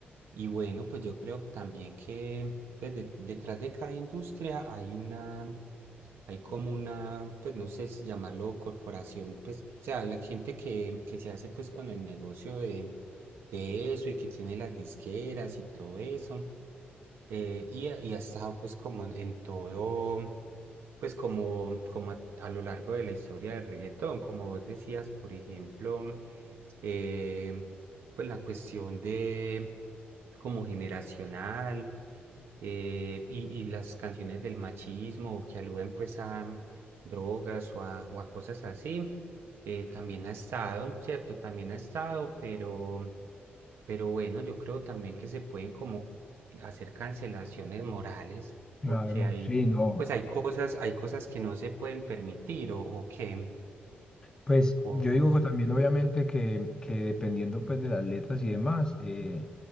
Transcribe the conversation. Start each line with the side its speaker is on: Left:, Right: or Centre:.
Right: y bueno, pues yo creo también que pues, de- detrás de cada industria hay una, hay como una, pues no sé si llamarlo corporación, pues, o sea, la gente que, que se hace pues con el negocio de eso y que tiene las disqueras y todo eso. eh, y, ha y ha estado pues como en todo, pues como, como a, a lo largo de la historia del reggaetón, como vos decías, por ejemplo, eh, pues la cuestión de como generacional eh, y, y las canciones del machismo que aluden pues a drogas o a, o a cosas así. Eh, también ha estado, ¿cierto? También ha estado, pero, pero bueno, yo creo también que se pueden como hacer cancelaciones morales,
Left: claro,
Right: porque hay,
Left: sí, no.
Right: pues hay cosas, hay cosas que no se pueden permitir o, o que,
Left: Pues
Right: o
Left: yo digo
Right: no sé.
Left: que también obviamente que, que dependiendo pues de las letras y demás, eh,